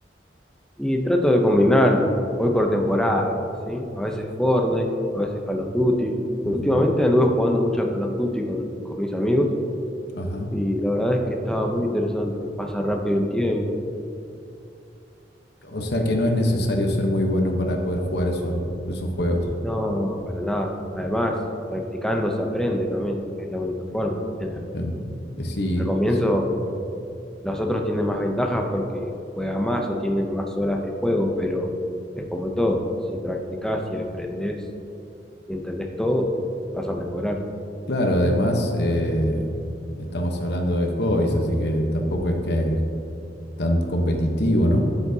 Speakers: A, in the centre; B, on the left.
A: Y trato de combinarlos, voy por temporada, ¿sí? A veces Fortnite, a veces Call of Duty.
B: Ujú,
A: Últimamente anduve jugando mucho a Call of Duty con, con mis amigos
B: Ajá.
A: y la verdad es que estaba muy interesante, pasa rápido el tiempo.
B: O sea que no es necesario ser muy bueno para poder jugar esos, esos juegos.
A: No, para nada. Además, practicando se aprende también, es la única forma. En el-
B: Em, eh, sí,
A: al comienzo
B: su-
A: Los otros tienen más ventajas porque juegan más o tienen más horas de juego, pero es como todo. Si practicás, si aprendés y entendés todo, vas a mejorar.
B: claro, además eh, estamos hablando de hobbies, así que tampoco es que es tan competitivo, ¿no?